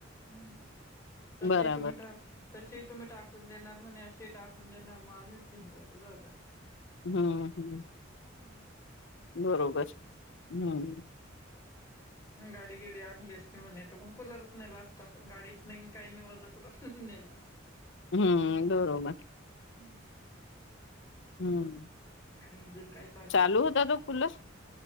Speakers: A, on the left; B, on the left.
A: हम्म तशी
B: बराबर
A: तुम्ही टा तसे तुम्ही टाकून देणार म्हणे अशी टाकून देणार मा आम्हीच घेनताात तो जाउद्या.
B: हम्म हम्म.
A: हम्म.
B: बरोबर हम्म.
A: गाडी गिडी आणली असती म्हणेेत पण कुलरच नाही ला असता पण गाडीच नाही काही नाही वज कु नाही ना.
B: हम्म दौरो म
A: हम्म.
B: हमं.
A: आणि ज काय.
B: चालू होता तो फुल.